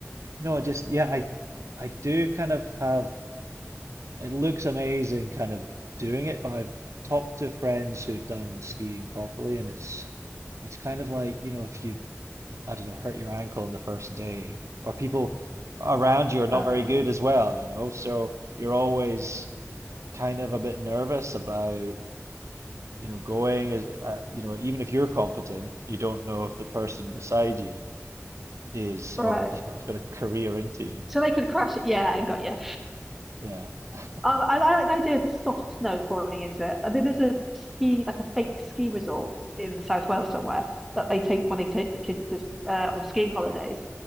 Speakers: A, on the right (about 75°); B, in the centre.
A: No, just yeah. I I do kind of have. It looks amazing, kind of doing it, but I've talked to friends who've done skiing properly, and it's it's kind of like you know if you I don't know, hurt your ankle on the first day, or people around you are not
B: Oh,
A: very good as well, you know. So you're always kind of a bit nervous about, you know, going as, uh, you know, even if you're competent, you don't know if the person beside you is
B: right.
A: or, <laughs> you know, has got a career into you.
B: So they could crash it. Yeah, I got you. <laughs>
A: Yeah. <laughs>
B: Um, I, I like the idea of the soft snow falling into it. I think there's a ski, like a fake ski resort in South Wales somewhere that they take when they take the kids to uh, on skiing holidays.